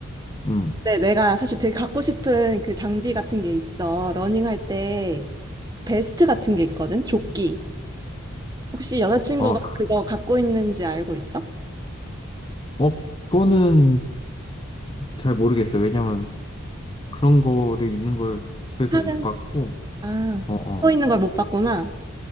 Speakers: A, on the left; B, on the right.
A: 음.
B: 근데 내가 사실 되게 갖고 싶은 그 장비 같은 게 있어. 러닝할 때 베스트 같은 게 있거든? 조끼. 혹시 여자친구가
A: 아, 그-
B: 그거 갖고 있는지 알고 있어?
A: 어, 그거는 잘 모르겠어요. 왜냐면 그런 거를 있는 걸 집에서
B: 하는,
A: 못 봤고,
B: 아,
A: 어, 어,
B: 갖고 있는 걸 못 봤구나.